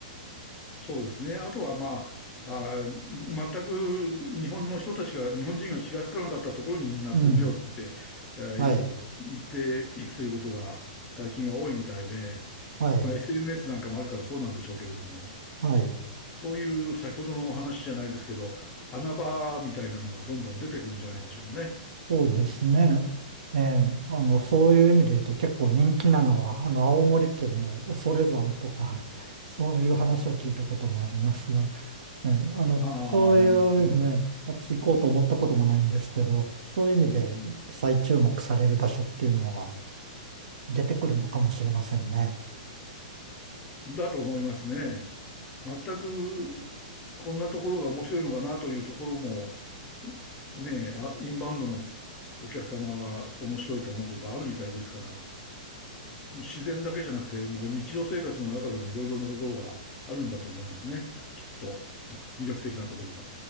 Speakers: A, on the left; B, on the right.
A: そうですね。あとはまあ、あー、全く日本の人たちが、日本人が気がつかなかったところにみんなこう目をつけて、
B: うん。
A: えーい行っていくということが最近は多いみたいで、
B: はい。はい。
A: まあ、SNS なんかもあるからそうなんでしょうけれども、
B: はい。
A: そういう先ほどのお話じゃないですけど、穴場みたいなのがどんどん出てくるんじゃないでしょうかね。
B: そうですね。
A: えー、
B: ええ、あの、そういう意味で言うと結構人気なのは、あの、青森県の恐山とか、<laughs> そういう話を聞いたこともありますが、ええ、あの、
A: ああ、
B: そういうね、
A: なるほど。
B: 私行こうと思ったこともないんですけど、そういう意味で再注目される場所っていうのは、
A: うん
B: 出てくるのかもしれませんね。
A: だと思いますね。全くこんなところが面白いのかなというところも、ねえ、あ、インバウンドのお客様は面白いと思うことがあるみたいですから、もう自然だけじゃなくて、もう日常生活の中でもいろいろなところがあるんだと思いますね。きっと、魅力的なところが。